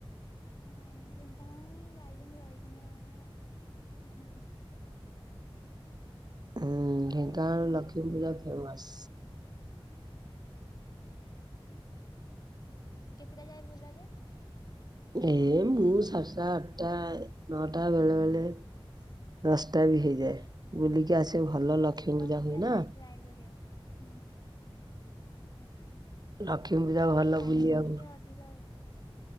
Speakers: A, on the left; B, on the right.
A: ହଁ ଢେଙ୍କା ନାଳରେ ହିଁ ଯାଇକିନା ରହିକିନା ମାନେ
B: ହୁଁ, ଢେଙ୍କାନାଳ
A: ଆମେ ବୋଧେ ରୁମ୍
B: ଲକ୍ଷ୍ମୀ
A: ନେଇକିନି
B: ପୂଜା
A: <unintelligible>
B: ଫେମସ୍
A: କେତିଟା ଯାଏ ବୁଲ ଯେ?
B: ଏ ମୁଁ ସାତଟା, ଆଟା, ନଅଟା ବେଳେ ବେଳେ। ଦଶଟା ବି ହେଇଯାଏ ବୁଲିକି ଆସିବୁ ଭଲ
A: ଟିକେ
B: ଲକ୍ଷ୍ମୀ
A: ଅଧିକ
B: ପୂଜା
A: ବୁଲିବା
B: ହୁଏ ନା।
A: ପାଇଁ ଟ୍ରାଏ କରିବା ହୁଁ।
B: ଲକ୍ଷ୍ମୀ ପୂଜା
A: କହିଲି
B: ଭଲ
A: ରାତିରେ
B: ବୁଲିବାକୁ
A: ଟିକେ ଅଧିକ ଆଉ